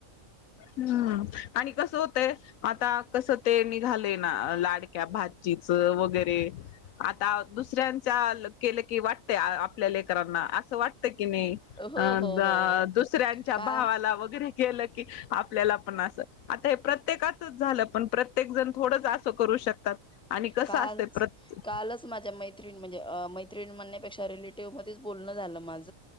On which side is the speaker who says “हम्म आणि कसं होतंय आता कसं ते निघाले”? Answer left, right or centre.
Left